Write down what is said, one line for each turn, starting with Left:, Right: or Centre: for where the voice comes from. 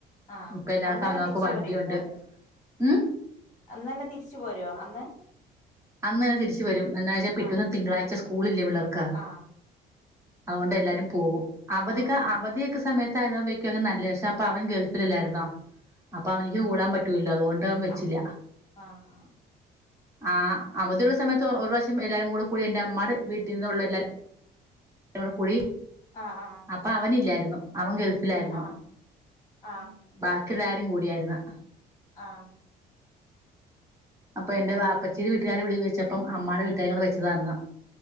Left: ആഹ്
Right: ഇപ്പ എല്ലാക്ക അവനൊക്ക്
Left: തിരിച്ചു
Right: വണ്ടിയുണ്ട്
Left: പോരേക്കും
Right: ഉം
Left: അന്നന്നെ തിരിച്ചു പോരോ അന്ന്
Right: അന്നന്നെ തിരിച്ച വരും എന്നച്ചാ പിറ്റന്ന്
Left: ആഹ്
Right: തിങ്കാഴ്ച സ്കൂളില്ലേ പിളർക്ക്
Left: ആഹ്
Right: അത്കൊണ്ട് എല്ലാരും പോകും അവധിക്ക
Left: ആഹ്
Right: അവധിയൊക്കെ സമയത്ത് ആയതോണ്ട് ക്ണ് നല്ല പക്ഷെ അപ്പൊ അവൻ ഗൾഫില്ല്ലായിരുന്നോ അപ്പൊ അവനിക്ക് കൂടാ പറ്റൂലല്ലോ അതുകൊണ്ട് ട്ടാൻ വേച്ചില്ല
Left: ആഹ് ആഹ്
Right: ആഹ് അവധിയുള്ള സമയത്ത് ഒര് ഒരു പ്രശം എല്ലാരും കൂടെ കൂടി എന്റർ അമ്മടെ വീട്ടിൽ നിന്നുള്ള എല്ലാരും ടെ കുടി
Left: ആഹ് ആഹ്
Right: അപ്പ അവനല്ലായിരുന്നു അവൻ ഗൾഫിലായിരുന്നു
Left: ആഹ് ആഹ്
Right: ബാക്കി എല്ലരും കൂടിയാര്ന്ന്
Left: ആഹ്
Right: അപ്പൊ എന്റെറെ വാപ്പാച്ചിടെ വീട്ടുകാരെ വിളി വെച്ചപ്പോ അമ്മടെ വീട്ടുകാരും കൂടെ വെച്ചതാ അന്ന്